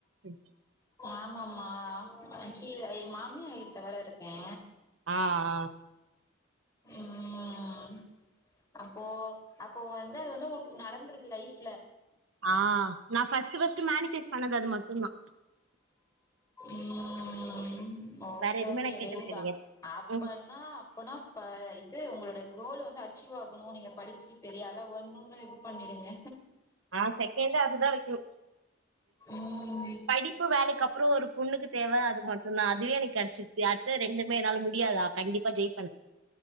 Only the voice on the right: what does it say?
ம்
ஆ ஆ
ஆ நா ஃபஸ்ட்டு ஃபஸ்ட்டு மேனிசைஸ் பண்ணது அது மட்டுந்தா
வேற எதுவுமே
நா கேட்டது
கெடையாது
ம்
ஆ செகண்டு அதுதா வெக்கணு
படிப்பு வேலைக்கு அப்புறோ ஒரு பொண்ணுக்கு தேவ அது மட்டுந்தா அதுவே எனக்கு கெடைச்சிருச்சு அடுத்தது ரெண்டுமே என்னால முடி கேள் நா கண்டிப்பா ஜெயிச்